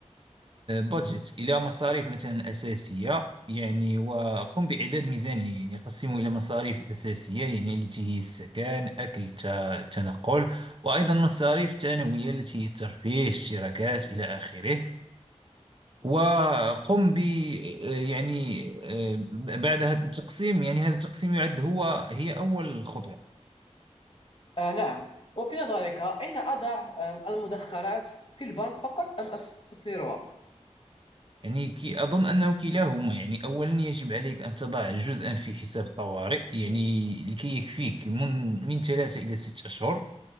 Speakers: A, on the right; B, on the left.
A: بودجت إلى مصاريف مثلا أساسية يعني وقم بإعداد ميزانية يعني قسمه إلى مصاريف أساسية يعني التي هي السكن أكل الت- التنقل وأيضا مصاريف ثانوية التي هي الترفيه الاشتراكات إلى آخره وقم ب آه، يعني آه، بعد هذا التقسيم يعني هذا التقسيم يعد هو هي أول خطوة
B: آه نعم وفي نظرك أين أضع آم، المدخرات في البنك فقط أم أستثمرها
A: يعني كي أظن أنه كلاهما يعني أولا يجب عليك أن تضع جزءا في حساب الطوارئ يعني لكي يكفيك من من ثلاثة إلى ست أشهر